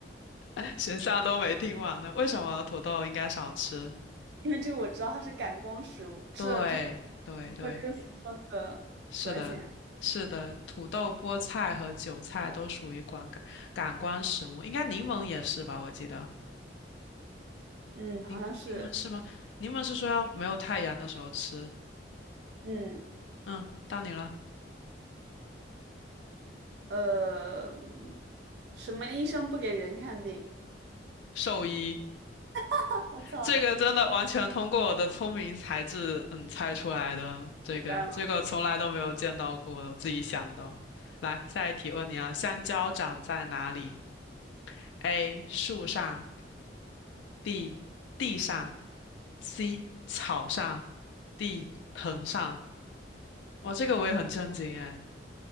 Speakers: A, on the left; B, on the right.
A: <laughs> 选项都没听完呢。为什么土豆应该少吃？
B: 因为这个我知道它是感光食物，吃了就是
A: 对对对，
B: 会更说那个紫外线。
A: 是的，是的，土豆、菠菜和韭菜都属于感感感官食物，应该柠檬也是吧？我记得
B: 嗯，好像是，
A: 柠柠檬是吗？柠檬是说要没有太阳的时候吃。
B: 嗯，
A: 嗯，到你了，
B: 呃，嗯什么医生不给人看病？
A: 兽医。
B: <laughs> 我操，
A: 这个真的完全通过我的聪明才智，
B: 这么
A: 嗯，猜出来的。这个这个从来都没有见到过，
B: 简单吗？
A: 我自己想的。来，下一题问你啊，香蕉长在哪里？A. 树上，B. 地上，C. 草上，D. 藤上。哇，这个我也很震惊哎，